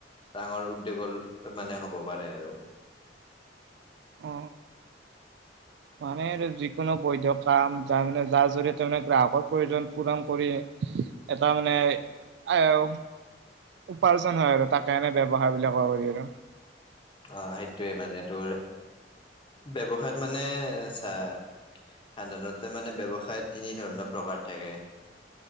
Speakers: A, on the left; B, on the right.
A: ডাঙৰ উদ্যোগৰ মানে হ'ব পাৰে আৰু <unintelligible>
B: অ মানে আৰু যিকোনো বৈধ কাম তাৰ মানে যাৰ জৰিয়তে মানে গ্ৰাহকৰ প্ৰয়োজন পূৰণ কৰি এটা মানে আইওহ উপাৰ্জন হয় আৰু তাকে এনে ব্যৱসায় বুলিয়ে কব পাৰি আৰু।
A: আহ সেইটোৱে মানে তোৰ ব্যৱসায়ত মানে চা সাধাৰণতে মানে ব্যৱসায়ত তিনি ধৰণৰ প্ৰকাৰ থাকে।